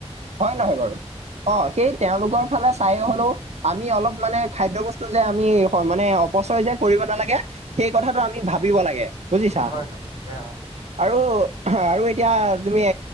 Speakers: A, on the right; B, on the right.
A: হয়, নহয় বাৰু অ', সেই তেওঁলোকৰ ফালে চাই হ'লেও আমি অলপ মানে, খাদ্য বস্তু যে আমি মানে, অপচয় যে কৰিব নালাগে। এই কথাটো আমি ভাবিব লাগে বুজিছা।
B: হয় অ হয় হয় তাকে অ
A: আৰু, আৰু এতিয়া তুমি